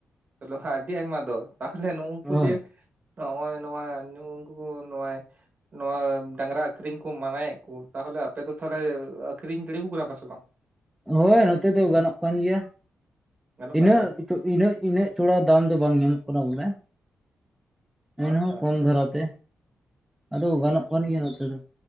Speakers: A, on the right; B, in the centre.
A: ᱞᱚᱦᱟ ᱟᱹᱰᱤ ᱟᱭᱢᱟ ᱫᱚ? ᱛᱟᱦᱚᱞᱮ ᱱᱩᱝᱠᱩ
B: ᱦᱳᱭ
A: ᱡᱮ ᱱᱚᱜᱼᱚᱭ ᱱᱚᱣᱟ ᱱᱩᱝᱠᱩ ᱱᱚᱜᱼᱟᱭ ᱱᱚᱣᱟ ᱰᱟᱝᱨᱟ ᱟᱹᱠᱷᱨᱤᱧ ᱠᱩ ᱢᱟᱱᱟᱭᱮᱫ ᱠᱩ ᱛᱟᱦᱚᱞᱮ ᱟᱯᱮ ᱫᱚ ᱛᱟᱦᱚᱞᱮ ᱟᱹᱠᱷᱨᱤᱧ ᱫᱟᱹᱲᱤᱣ ᱠᱩ ᱠᱟᱱᱟ ᱯᱮ ᱥᱮ ᱵᱟᱝ?
B: ᱦᱳᱭ ᱱᱚᱛᱮ ᱫᱚ ᱜᱟᱱᱚᱜ ᱠᱟᱱ ᱜᱮᱭᱟ
A: ᱜᱟᱱᱚᱜ
B: ᱤᱱᱟᱹᱜ
A: ᱠᱟᱱ ᱜᱮᱭᱟ
B: ᱛᱚ ᱤᱱᱟᱹᱜ ᱤᱱᱟᱹᱜ ᱛᱷᱚᱲᱟ ᱫᱟᱢ ᱫᱚ ᱵᱟᱝ ᱧᱟᱢᱚᱜ ᱠᱟᱱᱟ ᱵᱚᱞᱮ ᱮᱱᱦᱚᱸ
A: ᱟᱪᱪᱷᱟ
B: ᱠᱚᱢ
A: ᱟᱪᱪᱷᱟ
B: ᱫᱷᱟᱨᱟ ᱛᱮ ᱟᱫᱚ ᱜᱟᱱᱚᱜ ᱠᱟᱱ ᱜᱮᱭᱟ ᱱᱚᱛᱮ ᱫᱚ